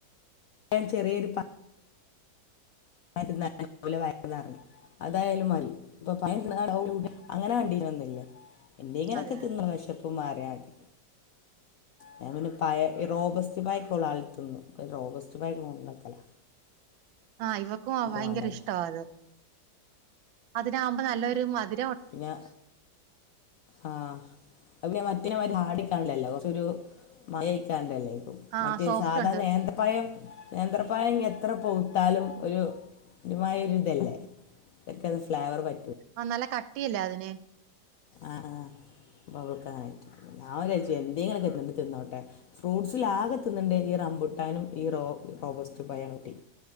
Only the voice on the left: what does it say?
<inaudible> ചെറിയൊരു പാ <unintelligible> നല്ല പോലെ <unintelligible> അതായാലും മതി ഇപ്പൊ <unintelligible> അങ്ങനെ കണ്ടീനൊന്നില്ല്യ. എന്തെങ്ങിലൊക്കെ
തിന്ന്
വെശപ്പുമാറിയാതി. ഞാൻ പിന്നെ പയ ഈ റോബസ്റ്റ് പയക്കൊള്ള ആള് തിന്നും റോബസ്റ്റ് പയന്നാക്കല.
വേണ്ടല്ലോ
പിഞ്ഞാ ആഹ് അത്പിന്നെ മറ്റിനെമാര് ഹാർഡിക്കാണുലല്ലോ കൊച്ചൊരു മയയ്കാണ്ടല്ലേ?
മറ്റേ
സാധ
നേന്തപ്പയം നേന്ത്രപയം ഇഞ്ഞ് എത്ര പൂത്താലും ഒരു ഒരുമായൊരിതല്ലേ? എനിക്കത് ഫ്ലേവർ പറ്റു
ആഹ് ആഹ് അപ്പ അവൾക്കങ്ങനായിട്ട് ഞാൻ വിചാരിച്ചു എന്തെങ്കിലൊക്കിരുന്നോണ്ട് തിന്നോട്ടെ. ഫ്രൂട്ട്സിൽ ആകെ തിന്നുണ്ടെ ഈ റമ്പുട്ടാനും ഈ റോ റോബസ്റ്റ പയാണ് കുട്ടി.